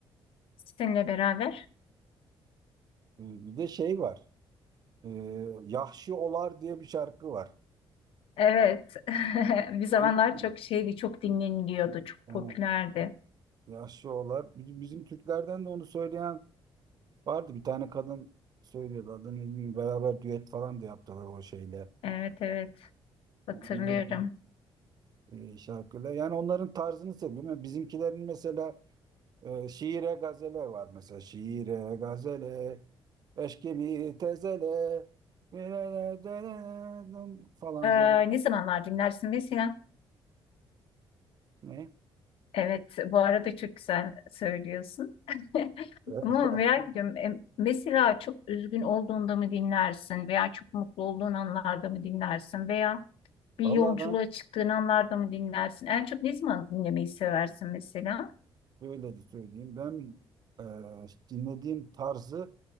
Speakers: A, on the left (about 75°); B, on the right (about 45°).
A: seninle beraber.
B: Ee, Bir de şey var. Ee, Yahşi Olar diye bir şarkı var.
A: Evet. <laughs> Bir zamanlar
B: Duydun mu?
A: çok şeydi, çok dinleniliyordu, çok
B: Ha,
A: popülerdi.
B: Yahşi Olar. Bizim bizim Türklerden de onu söyleyen vardı. Bir tane kadın söylüyordu. Adını bilmiyorum. Beraber düet falan da yaptılar o şeyle. Ee,
A: Evet evet hatırlıyorum.
B: Milli bir, e, şarkıyla. Yani onların tarzını seviyorum. Yani bizimkilerin mesela Ee, şiire gazele var mesela. Şiire gazele, eşk gibi tezele, e, e, e, e, e, e, e, falan
A: Ee,
B: böyle
A: ne zamanlar dinlersin mesela?
B: ne?
A: Evet, bu arada çok güzel söylüyorsun. <laughs>
B: <laughs>
A: Ama merak ediyorum. e, Mesela çok üzgün olduğunda mı dinlersin veya çok mutlu olduğun anlarda mı dinlersin veya bir
B: Vallahi
A: yolculuğa
B: ben
A: çıktığın anlarda mı dinlersin? En çok ne zaman dinlemeyi seversin mesela?
B: şöyle de söyleyeyim. Ben e, dinlediğim tarzı